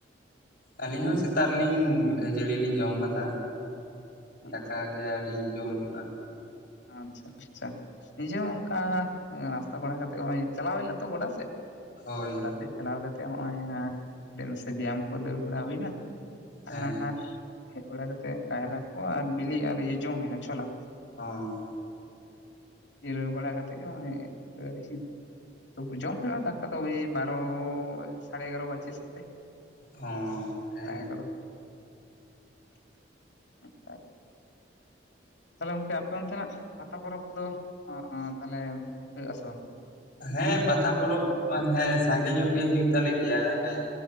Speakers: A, on the left; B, on the left.
A: ᱟᱹᱞᱤᱧ ᱦᱚᱸ ᱥᱮᱛᱟᱜ ᱨᱮᱞᱤᱧ ᱠᱷᱟᱹᱡᱟᱹᱲᱤ ᱞᱤᱧ ᱡᱚᱢ ᱠᱟᱫᱟ᱾
B: ᱟᱪᱪᱷᱟ
A: ᱫᱟᱠᱟ ᱜᱮ ᱟᱹᱣᱨᱤ ᱡᱚᱢ ᱦᱩᱭᱩᱜᱼᱟ᱾
B: ᱟᱪᱪᱷᱟ ᱟᱪᱪᱷᱟ ᱱᱤᱡᱮ ᱦᱚᱸ ᱚᱱᱠᱟ ᱱᱟᱥᱛᱟ ᱵᱟᱲᱟ ᱠᱟᱛᱮᱜ ᱦᱚᱸᱚᱭ ᱪᱟᱞᱟᱣ ᱦᱩᱭ ᱞᱮᱱᱟ ᱛᱚ ᱜᱚᱰᱟ ᱥᱮᱫ
A: ᱦᱳᱭ
B: ᱜᱚᱰᱟ ᱥᱮᱫ ᱪᱟᱞᱟᱣ ᱠᱟᱛᱮᱜ ᱦᱚᱭᱚᱝ <unintelligible> ᱱᱟᱥᱮ ᱵᱮᱭᱟᱢ ᱠᱚ ᱫᱟᱹᱲ ᱵᱟᱲᱟ ᱦᱩᱭᱱᱟ
A: ᱦᱮᱸ
B: ᱟᱨ ᱦᱮᱡ ᱵᱟᱲᱟ ᱠᱟᱛᱮ ᱠᱟᱭᱨᱟ ᱠᱚ ᱟᱨ ᱵᱤᱞᱤ ᱟᱨ ᱤᱭᱟᱹ ᱡᱚᱢ ᱦᱩᱭᱱᱟ ᱪᱷᱳᱞᱟ᱾
A: ᱦᱚᱸ
B: ᱡᱤᱨᱟᱹᱣ ᱵᱟᱲᱟ ᱠᱟᱛᱮ ᱱᱚᱭᱼᱚᱭ ᱤᱥᱤᱱ ᱛᱚᱵ ᱡᱚᱢ ᱦᱩᱭᱩᱜᱼᱟ ᱫᱟᱠᱟ ᱫᱚ ᱳᱭ ᱵᱟᱨᱚ ᱥᱟᱲᱮ ᱮᱜᱟᱨᱚ ᱵᱟᱡᱮ ᱥᱟᱡ ᱛᱮ
A: ᱦᱚᱸ ᱦᱮᱸ
B: ᱫᱟᱠᱟ ᱠᱚᱫᱚ <inaudible> ᱛᱟᱦᱞᱮ ᱜᱚᱢᱠᱮ ᱟᱯᱮ ᱚᱱᱛᱮᱱᱟᱜ ᱯᱟᱛᱟ ᱯᱚᱨᱚᱵᱽ ᱠᱚᱫᱚ ᱛᱟᱦᱮ ᱦᱩᱭᱩᱜ ᱟᱥᱮ ᱵᱟᱝ?
A: ᱦᱮᱸ ᱯᱟᱛᱟ ᱯᱚᱨᱚᱵᱽ ᱦᱮᱸ ᱥᱟᱸᱜᱮ ᱧᱚᱜ ᱜᱮ ᱦᱩᱭᱩᱜ ᱛᱟᱞᱮ ᱜᱮᱭᱟ ᱚᱱᱮ